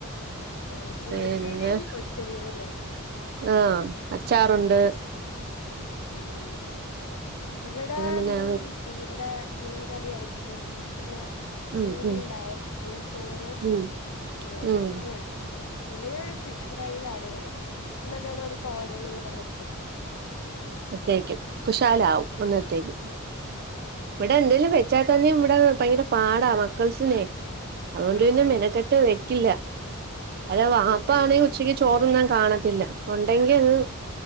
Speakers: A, on the left (about 75°); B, on the right (about 45°).
A: ആഹ് പുളിശ്ശേരിയും
B: പിന്നെ
A: പൊരിച്ച മീനും അല്ലേ
B: ആഹ് അച്ചാറുണ്ട്
A: ഉം ഉം ഉം ഇവിടെ
B: പിന്നെ
A: മീൻ കിട്ടി ഇവിടെ മീൻ കറി ആയിരിക്കും പിന്നെ
B: ഉം
A: ചീനി
B: ഉം
A: ഉണ്ടാവും പിന്നെ ചോറ്
B: ഉം
A: ആഹ്
B: ഉം
A: അങ്ങനെ അല്ലെങ്കിൽ ഒരു ഫിഷ് ഫ്രൈ കാര്യങ്ങളൊക്കെ പിന്നെ എന്തായാലും ഒരു തോരനും കൂടെ വെച്ചേക്കും
B: ക്കയക്കും കുശാലാവും അന്നരത്തേക്ക് ഇവിട എന്തേലും വെച്ചാത്ത തന്നെ അ ഭയങ്കര പാടാവാ മക്കസിനെ
A: ഉം
B: അതുകൊണ്ടന്ന്
A: ആഹ് ആഹ്
B: മെനക്കെട്ട കില്ല അല്ല വ അപ്പ
A: ഉം
B: ആണെങ്കിൽ ഉച്ചക്ക് ചോറൊന്നാും കാണത്തില്ല ഉണ്ടെങ്കിൽ അന്ന്